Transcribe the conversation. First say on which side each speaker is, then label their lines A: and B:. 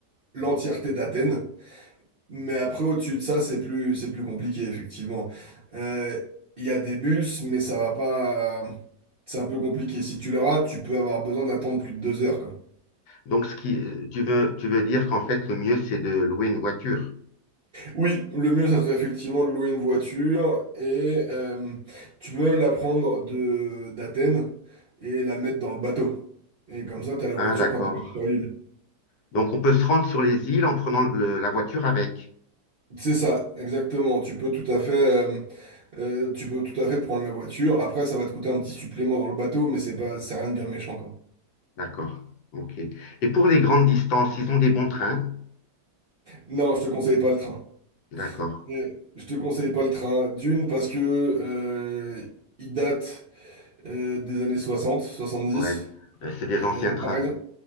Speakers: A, on the right; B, on the left.
A: l'entièreté d'Athènes. Mais après, au-dessus de ça, c'est plus, c'est plus compliqué, effectivement. Euh, Il y a des bus, mais ça va pas. C'est un peu compliqué. Si tu le rates, tu peux avoir besoin d'attendre plus de deux heures, quoi.
B: donc ce qui, euh, tu veux, tu veux dire qu'en fait le mieux c'est de louer une voiture.
A: Oui, le mieux, ça serait effectivement de louer une voiture et euh, tu peux même la prendre de d'Athènes et la mettre dans le bateau. Et comme ça, t'as la
B: Ah
A: voiture
B: d'accord.
A: quand tu sur l'île.
B: Donc on peut se rendre sur les îles en prenant le- la voiture avec.
A: C'est ça, exactement. Tu peux tout à fait, euh, euh, tu peux tout à fait prendre la voiture. Après, ça va te coûter un petit supplément dans le bateau, mais c'est pas, c'est rien de bien méchant, quoi.
B: D'accord. Ok. Et pour les grandes distances, ils ont des bons trains.
A: Non, je te conseille pas le train.
B: D'accord.
A: Mais Je te conseille pas le train. D'une, parce que euh, il date euh, des années 60, 70.
B: Ouais. Euh, c'est des
A: Euh,
B: anciens trains.
A: par exemple,